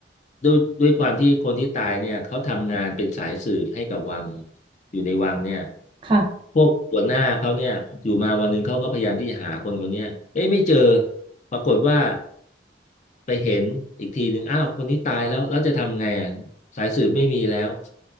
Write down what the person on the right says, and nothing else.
ค่ะ